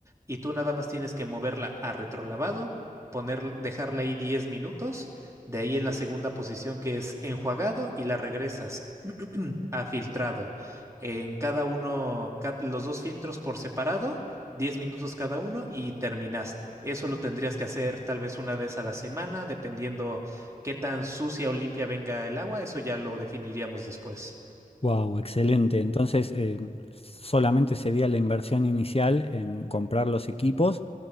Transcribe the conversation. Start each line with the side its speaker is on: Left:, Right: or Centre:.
Right: y tú nada más tienes que moverla a retrolavado, poner, dejarla ahí 10 minutos, de ahí en la segunda posición que es enjuagado y la regresas <clears throat> a filtrado. En cada uno, ca- los dos filtros por separado 10 minutos cada uno y terminaste. Eso lo tendrías que hacer tal vez una vez a la semana, dependiendo qué tan sucia o limpia venga el agua. Eso ya lo definiríamos después.
Left: Wow, excelente. Entonces, em, solamente sería la inversión inicial en comprar los equipos